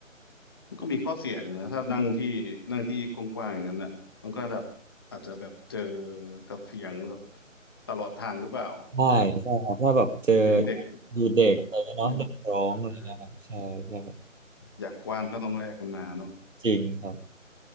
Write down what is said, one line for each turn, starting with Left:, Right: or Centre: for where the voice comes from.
Left: มันก็มีข้อเสียอยู่นะถ้านั่งที่นั่งที่กว้างๆอย่างนั้นนะมันก็จะอาจจะแบบเจอกับเสียงแบบตลอดทางหรือเปล่า
Right: ใช่ใช่ครับถ้าแบบเจอ
Left: เสียงเด็ก
Right: ดูเด็กอะไรเงี้ยเนาะเด็กร้องอะไรเงี้ยครับใช่ใช่ครับ
Left: นะเออ อยากกว้างก็ต้องแลกกันมาเนาะ
Right: จริงครับ